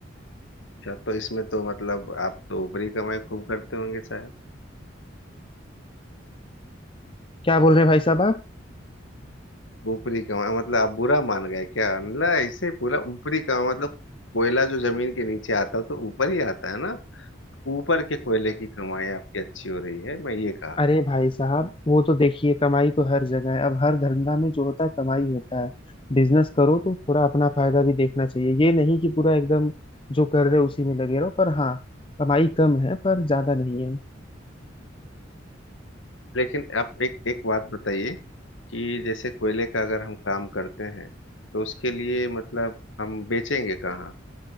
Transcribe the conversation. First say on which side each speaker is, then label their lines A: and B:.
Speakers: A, on the left (about 85°); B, on the left (about 25°).
A: अच्छा तो इसमें तो मतलब आप तो ऊपरी कमाई खूब करते होंगे साहब
B: क्या बोल रहे हैं भाई साहब आप
A: ऊपरी कमाई मतलब आप बुरा मान गए क्या मतलब ऐसे पूरा ऊपरी कमाई मतलब कोयला जो जमीन के नीचे आता है तो ऊपर ही आता है ना ऊपर के कोयले की कमाई आपकी अच्छी हो रही है मैं ये कहा
B: अरे भाई साहब वो तो देखिए कमाई तो हर जगह है अब हर धंधा में जो होता है कमाई होता है बिजनेस करो तो थोड़ा अपना फायदा भी देखना चाहिए ये नहीं कि पूरा एकदम जो कर रहे हो उसी में लगे रहो पर हाँ कमाई कम है पर ज्यादा नहीं है
A: लेकिन आप एक एक बात बताइए कि जैसे कोयले का अगर हम काम करते हैं तो उसके लिए मतलब हम बेचेंगे कहाँ